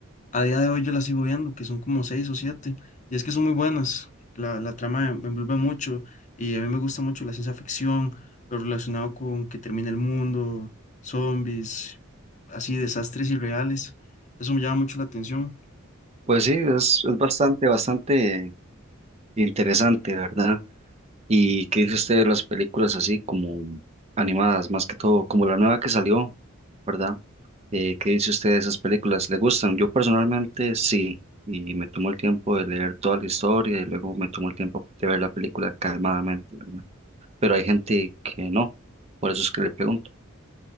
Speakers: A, on the left; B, on the right.
A: A día de hoy yo las sigo viendo, que son como seis o siete, y es que son muy buenas. La, la trama me envuelve mucho y a mí me gusta mucho la ciencia ficción, lo relacionado con que termina el mundo, zombies, así desastres irreales. Eso me llama mucho la atención.
B: Pues sí, es, es bastante, bastante interesante, ¿verdad? ¿Y qué dice usted de las películas así como animadas, más que todo, como la nueva que salió, ¿verdad? Eh, ¿qué dice usted de esas películas? ¿Le gustan? Yo personalmente sí, y me tomó el tiempo de leer toda la historia y luego me tomó el tiempo de ver la película calmadamente, ¿verdad? Pero hay gente que no, por eso es que le pregunto.